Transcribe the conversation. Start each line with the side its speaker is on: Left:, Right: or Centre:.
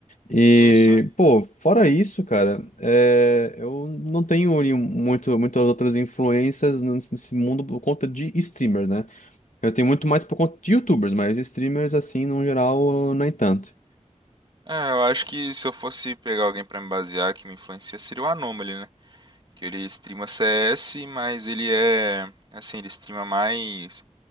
Left: E,
Right: Sim, sim.
Left: pô, fora isso, cara, é, eu não tenho ali muito, muitas outras influências nesse nesse mundo por conta de streamers, né? Eu tenho muito mais por conta de YouTubers, mas streamers, assim, no geral, nem tanto.
Right: É, eu acho que se eu fosse pegar alguém pra me basear que me influencia, seria o Anomaly, né? Que ele streama CS, mas ele é, assim, ele streama mais